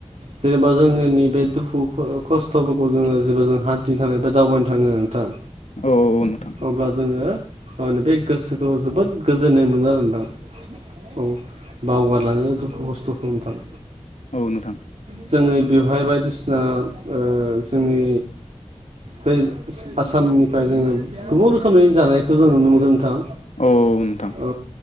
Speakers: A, on the right; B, on the left.
A: जेनेबा जोङो नि बे दुखु खस्थ'फोरखौ जोङो जेबा जों हान्थिनो थाङो ए बा दावबायनो थाङो नोंथां।
B: औ औ नोंथां।
A: अब्ला जोङो गावनि बे गोसोखौ जोबोद गोजोननाय मोनो आरो नोथां औ बावगारलाङो दुखु खस्थ'खौ नोंथां
B: औ नोंथां औ नोंथां
A: जोङो बेवहाय बायदिसिना जोंनि। बे आसामनिफ्राय जोङो गोबां रोखोमनि जानायखौ जों नुनो मोनगोन नोंथां।
B: औ नोंथां।
A: औ